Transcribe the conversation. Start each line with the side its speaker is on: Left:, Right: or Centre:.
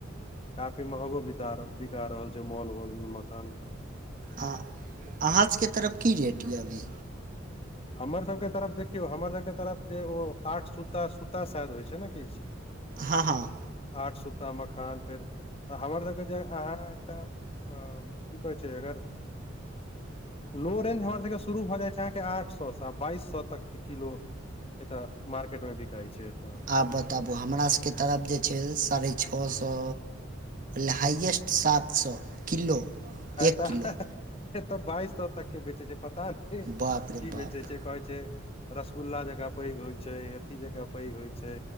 Left: काफी महगो बित बिका रहल छै मॉल वॉल मे मखान
Right: आ अहाँजके तरफ की रेट यऽ अभी
Left: हमरसभके तरफ देखियौ हमरसभके तरफ जे ओ आठ सुता सुूता शायद होइ छै ने किछु
Right: हँ हँ।
Left: आठ सुता मखान फेर तऽ हमर सबके जे अहाँ एकटा। की कहै छै अगर लो रेंज हमर सबके शुरू भऽ जाइ छै अहाँके आठ आठ सौ बाईस सौ तक के किलो एतय मार्केट मे बिकाइ छै एतऽ।
Right: आब बताबू हमरा सबके तरफ जे छै साढ़े छओ सौ। हाइएस्ट सात सौ किलो
Left: एतऽ
Right: एक किलो
Left: एतऽ बाइस सौ तक के बेचे छै पता नहि की
Right: बाप रे बाप
Left: बेचै छै। कहै छै रसगुल्ला जकाँ पैघ होइ छै अथी जकाँ पैघ होइ छै।